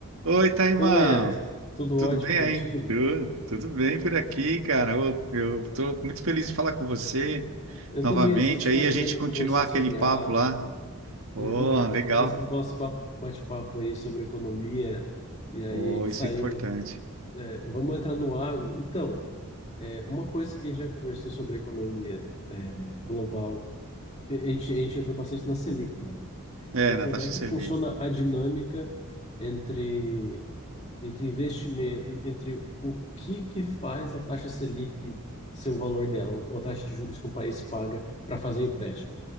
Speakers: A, on the right; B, on the left.
A: Oi, Taimão.
B: Oi, Emerson. Tudo
A: Tudo
B: ótimo
A: bem
B: contigo?
A: aí? Tudo, tudo bem por aqui, cara. Eu, eu tô muito feliz de falar com você
B: Eu
A: novamente.
B: também, eu sei que você estava
A: Aí a
B: querendo
A: gente continuar
B: conversar sobre
A: aquele papo
B: agro.
A: lá. Oh,
B: Uhum.
A: legal.
B: As- O nosso ba- bate-papo aí sobre economia, e aí
A: Oh,
B: a gente
A: isso
B: saiu.
A: é importante.
B: é, vamos entrar no agro. Então, é, uma coisa que a gente já conversou sobre economia global, a a gente, a gente entrou bastante na Selic, né?
A: É,
B: E como
A: Natasha
B: é que
A: Selic.
B: funciona a dinâmica entre entre investimento, entre o que que faz a taxa Selic ser o valor dela, ou ou a taxa de juros que o país paga para fazer empréstimo.